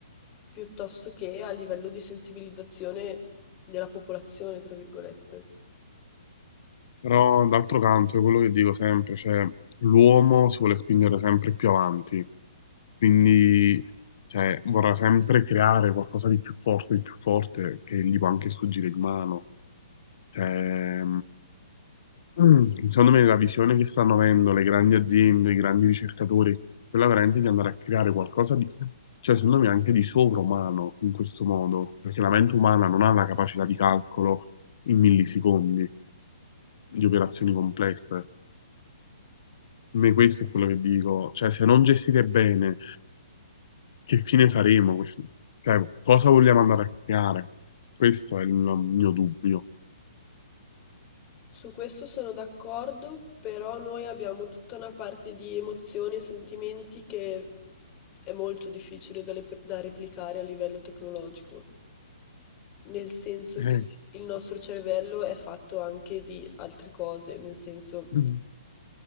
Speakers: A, on the left; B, on the left.
A: piuttosto che a livello di sensibilizzazione della popolazione, tra virgolette.
B: Però d'altro canto è quello che dico sempre, cioè l'uomo si vuole spingere sempre più avanti, quindi cioè, vorrà sempre creare qualcosa di più forte, di più forte, che gli può anche sfuggire di mano. Cioè, mm, secondo me la visione che stanno avendo le grandi aziende, i grandi ricercatori, quella veramente di andare a creare qualcosa di, cioè secondo me anche di sovrumano in questo modo, perché la mente umana non ha la capacità di calcolo in millisecondi di operazioni complesse. me questo è quello che dico, cioè se non gestite bene, che fine faremo? Questo- Cioè, cosa vogliamo andare a creare? Questo è il mio, mio dubbio.
A: Su questo sono d'accordo, però noi abbiamo tutta una parte di emozioni e sentimenti che è molto difficile da, lep- da replicare a livello tecnologico, nel senso
B: Eh,
A: che il nostro cervello è fatto anche di altre cose, nel senso
B: <clears throat> mm,